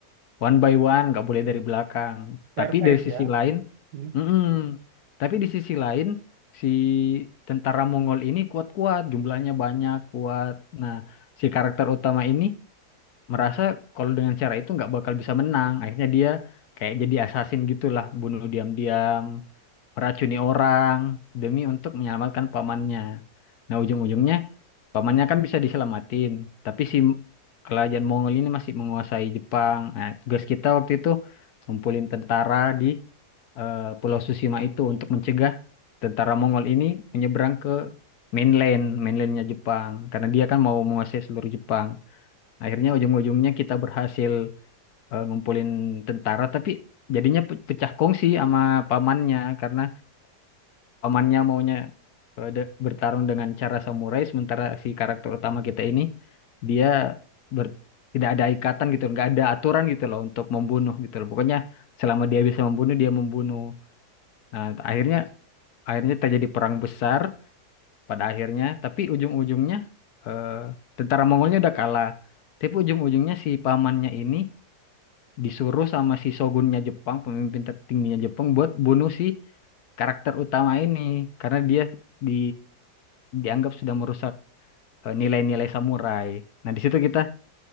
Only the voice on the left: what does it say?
One by one, nggak boleh dari belakang.
Tapi dari
sisi lain,
mm-mm. Tapi di sisi lain, si tentara Mongol ini kuat-kuat, jumlahnya banyak, kuat. Nah, si karakter utama ini merasa kalau dengan cara itu nggak bakal bisa menang. Akhirnya dia kayak jadi assassin gitulah, bunuh diam-diam, meracuni orang demi untuk menyelamatkan pamannya. Nah, ujung-ujungnya Pamannya kan bisa diselamatin, tapi si kerajaan Mongol ini masih menguasai Jepang. Nah, tugas kita waktu itu ngumpulin tentara di eh, Pulau Susima itu untuk mencegah tentara Mongol ini menyeberang ke mainland, mainlandnya Jepang, karena dia kan mau menguasai seluruh Jepang. Akhirnya ujung-ujungnya kita berhasil eh, ngumpulin tentara, tapi jadinya pe- pecah kongsi sama pamannya karena pamannya maunya eh, de- bertarung dengan cara samurai sementara si karakter utama kita ini dia ber- tidak ada ikatan gitu nggak ada aturan gitu loh untuk membunuh gitu loh pokoknya selama dia bisa membunuh dia membunuh nah akhirnya akhirnya terjadi perang besar pada akhirnya tapi ujung-ujungnya eh, tentara Mongolnya udah kalah tapi ujung-ujungnya si pamannya ini disuruh sama si shogunnya Jepang, pemimpin tertingginya Jepang buat bunuh si karakter utama ini karena dia di dianggap sudah merusak eh, nilai-nilai samurai. Nah, di situ kita